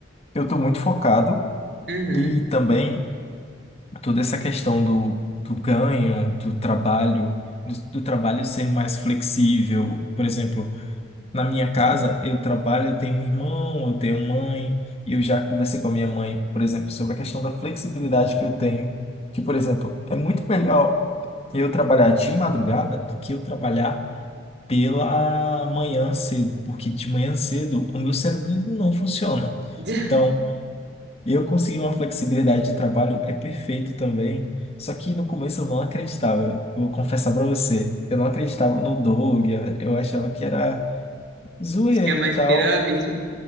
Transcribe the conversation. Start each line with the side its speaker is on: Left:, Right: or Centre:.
Left: eu estou muito focado
Right: Uhum.
Left: e também toda essa questão do, do ganho, do trabalho, do, do trabalho ser mais flexível, por exemplo. Na minha casa, eu trabalho, eu tenho um irmão, eu tenho mãe, e eu já conversei com a minha mãe, por exemplo, sobre a questão da flexibilidade que eu tenho. Que, por exemplo, é muito melhor eu trabalhar de madrugada do que eu trabalhar pela manhã cedo, porque de manhã cedo o meu cérebro ele não funciona.
Right: <laughs>
Left: Então, eu conseguir uma flexibilidade de trabalho é perfeito também. Só que no começo eu não acreditava, eu vou confessar para você, eu não acreditava no Doug, eu eu achava que era zoeira
Right: Esquema
Left: e tal.
Right: de pirâmide?